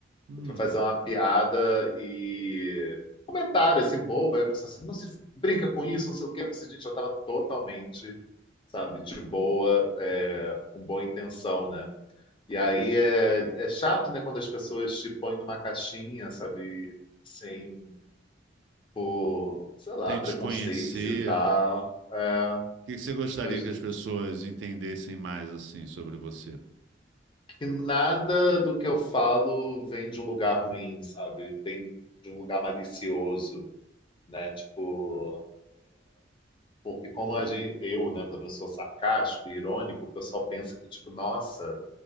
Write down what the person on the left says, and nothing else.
Eu fui fazer uma piada e comentário assim, bobo. Aí eu pensei assim, não se brinca com isso, não sei o quê. Eu pensei, gente, eu tava totalmente, sabe, de boa, é, com boa intenção, né? E aí é, é chato, né, quando as pessoas te põem numa caixinha, sabe? sem por, sei lá,
preconceitos
e tal.
É,
eu, ju-
que nada do que eu falo vem de um lugar ruim, sabe? Vem de um lugar malicioso, né? Tipo, porque como a gente, eu, né, pelo menos sou sarcástico, irônico, o pessoal pensa que, tipo, nossa,